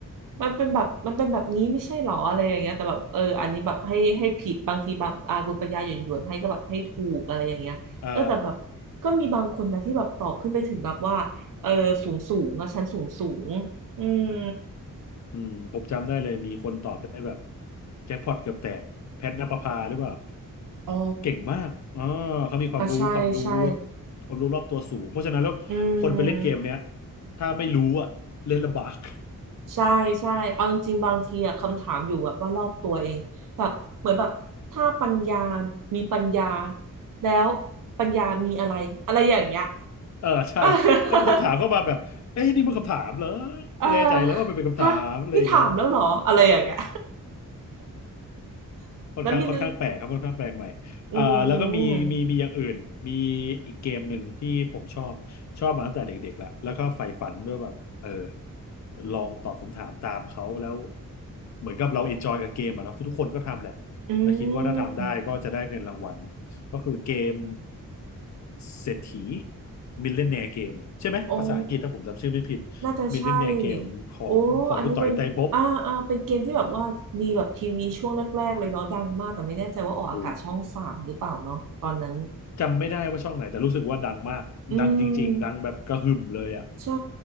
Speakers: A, on the right (about 70°); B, on the left (about 55°).
A: มันเป็นแบบมันเป็นแบบนี้ไม่ใช่หรออะไรอย่างเงี้ยแต่แบบเอออันนี้แบบให้ให้ผิดบางทีแบบอาคุณปัญญาหยวนหยวนให้ก็แบบให้ถูกอะไรอย่างเงี้ยเออแต่แบบก็มีบางคนนะที่แบบตอบขึ้นไปถึงแบบว่าเออสูงสูงอะชั้นสูงสูงอืม
B: <laughs> เอ่ออืมผมจำได้เลยมีคนตอบได้แบบแจ็คพอตเกือบแตกแพทณปภาหรือเปล่า
A: อ๋อ
B: เก่งมากอ๋อเขามีความรู้ความรู้
A: อ่ะใช่ใช่
B: ความรู้รอบตัวสูงเพราะฉะนั้นแล้วคนไปเล่นเกมเนี้ย
A: อืม
B: ถ้าไม่รู้อ่ะเล่นลำบาก
A: ใช่ใช่เอาจริงๆบางทีอะคำถามอยู่แบบว่ารอบตัวเองแบบเหมือนแบบถ้าปัญญามีปัญญาแล้วปัญญามีอะไรอะไรอย่างเงี้ย
B: เออใช่เอาคำถามเข้ามาแบบ
A: <laughs>
B: เอ้ยนี่มันคำถามเหรอ
A: เออ
B: ไม่แน่ใจแล้วว่ามันเป็นคำถามอะไรอย่างเงี้ย
A: ฮะนี่ถามแล้วเหรออะไรอย่างเงี้ย <laughs>
B: ค่อนข้างค่อนข้างแปลกครับค่อนข้างแปลกใหม่อ่าแล้วก็มีมีมีอย่างอื่นมี
A: แล้วมีนึงอืม
B: อีกเกมหนึ่งที่ผมชอบชอบมาตั้งแต่เด็กๆแล้วแล้วก็ใฝ่ฝันด้วยแบบเออลองตอบคำถามตามเขาแล้วเหมือนกับเราเอนจอยกับเกมอะเนาะทุกๆคนก็ทำแหละแล้วคิดว่าถ้าทำได้ก็จะได้เงินรางวัล
A: อืม
B: ก็คือเกมเศรษฐีมิลเลนเนียร์เกมใช่ไหมภาษาอังกฤษถ้าผมจำชื่อไม่ผิด
A: โอ้น่าจะใช่
B: มิลเลนเนียร์เกมของของคุณต่อยไตรภพ
A: โอ้อันนี้เป็นอ่าอ่าเป็นเกมที่แบบว่ามีแบบทีวีช่วงแรกๆเลยเนาะดังมากแต่ไม่แน่ใจว่าออกอากาศช่องสามหรือเปล่าเนาะตอนนั้น
B: โอ้ จำไม่ได้ว่าช่องไหนแต่รู้สึกว่าดังมากดังจริงๆดังแบบกระหึ่มเลยอ่ะ
A: อืม ใช่